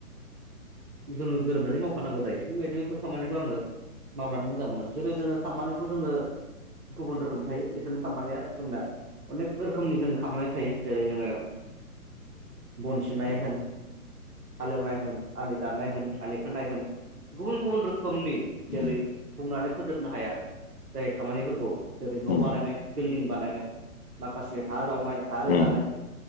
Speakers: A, on the right; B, on the left.
A: जोंङो गोरोबनानै मावफानांगौ जायो ।थिग बेदिनो बेफोर खामानिखौ आङो मावनानै मोजां मोनो ।जेरै जोङो खामानिखौ जोङो गुबुन रोखोम थायो। जिथुनो खामानिया जोंना अनेक रोखोमनि, जों खामानि थायो जेरै जोङो बनसिनाय होन हालेवनाय होन, आलि दाननाय होन, आलि खोननाय होन गुबुन- गुबुन रोखोमनि जेरै
B: उम
A: बुंनानै फोजोबनो हाया। जाय खामानिफोरखौ जेरै न'
B: उम
A: बानायनाय बिल्डिं बानायनाय। माखासे हा जावनाय, हा रोगानाय
B: उम